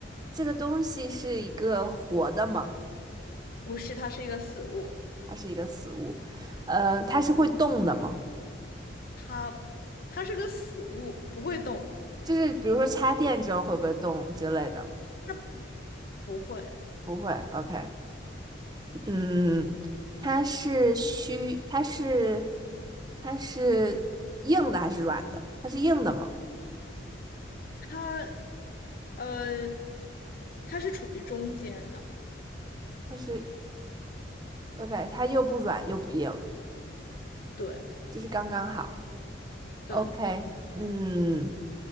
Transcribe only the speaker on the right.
这个东西是一个活的吗？
还是一个死物，呃，它是会动的吗？
就是比如说插电之后会不会动之类的？
不会，OK，嗯，它是虚，它是它是硬的还是软的？它是硬的吗？
它是 OK，它又不软又不硬，
就是刚刚好。
OK，嗯，